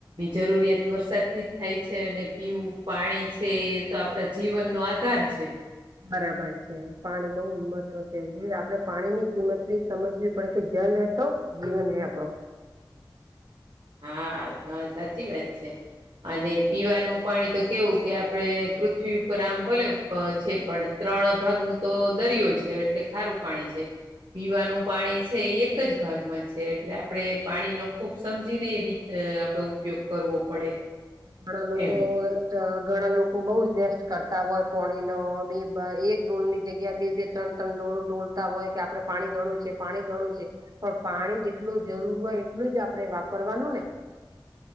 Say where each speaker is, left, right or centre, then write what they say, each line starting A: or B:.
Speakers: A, on the right (about 70°); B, on the right (about 50°).
A: જરુરીયાત વરસાદ થી જ થાય છે, ને પીવું પાણી છે. એ તો આપ આપણા જીવનનો આધાર છે.
B: બરાબર છે. પાણી બહુ જ મહત્વ છે જે આપડે પાણીની કિંમત બી સમજવી પડે કે જલ હે તો જીવન હે આપણો.
A: હા હા સાચી વાત છે અને પીવાનું પાણી તો કેવું! કે આપણે પૃથ્વી ઉપર આમ, ભલે છે પણ ત્રણ ભાગનું તો દરિયો છે, એટલે ખારું પાણી છે. પીવાનું પાણી છે એ એક જ ભાગમાં છે એટલે આપણે પાણી નો ખુબ સમજ સમજી ને આપડે ઉપયોગ કરવો પડે.
B: ઘણા લોકો
A: એમ.
B: ઘણા લોકો બહુ જ વેસ્ટ કરતા હોય પોણી નો બી એક ડોલ ની જગ્યા બે બે તણ-તણ ડોલું ઢોળતા હોય કે આપડે પાણી ઘણું છે. પાણી ઘણું છે. પણ પાણી જેટલું જરૂર હોય એટલું જ આપણે વાપરવાનું ને!